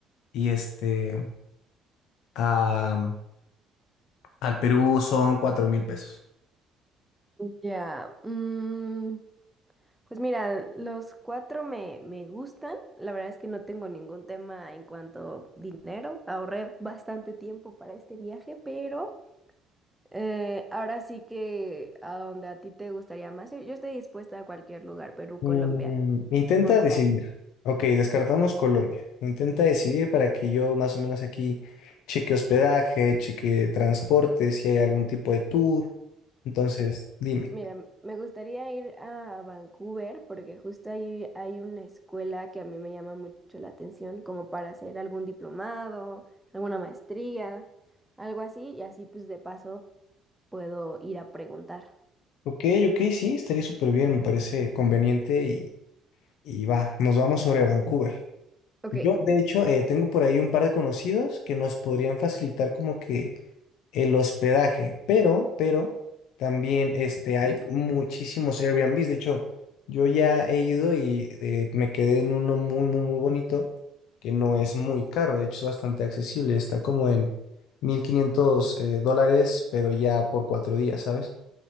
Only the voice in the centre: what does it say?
Ya. mm, pues mira, los cuatro me, me gustan. La verdad es que no tengo ningún tema en cuanto a dinero. Ahorré bastante tiempo para este viaje, pero eh, ahora sí que a donde a ti te gustaría más. Yo yo estoy dispuesta a cualquier lugar, Perú,
Colombia,
Montreal.
Ok,
mira, m- me gustaría ir a Vancouver porque justo ahí hay una escuela que a mí me llama mucho la atención, como para hacer algún diplomado, alguna maestría, algo así, y así pues de paso puedo ir a preguntar.
Ok,